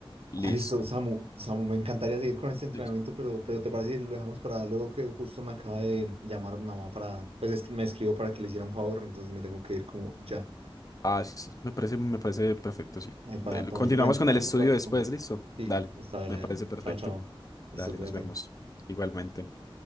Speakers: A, on the left (about 40°); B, on the right (about 85°).
A: Listo.
B: Ah, listo, Samu, Samu, me encantaría seguir con este entrenamiento,
A: Sí.
B: pero, pero ¿te parece si lo dejamos para luego que justo me acaba de llamar mi mamá para, pues es que me escribió para que le hiciera un favor, entonces me tengo que ir como ya.
A: Ah, sí, me parece, me parece perfecto, sí.
B: Eh, para,
A: Del-
B: para,
A: Continuamos
B: igual entrenamos
A: con el estudio
B: un ratico.
A: después, listo.
B: Sí,
A: Dale,
B: listo, dale,
A: me
B: dale.
A: parece perfecto.
B: Chao, chao. Listo,
A: Dale,
B: cuídate.
A: nos vemos igualmente.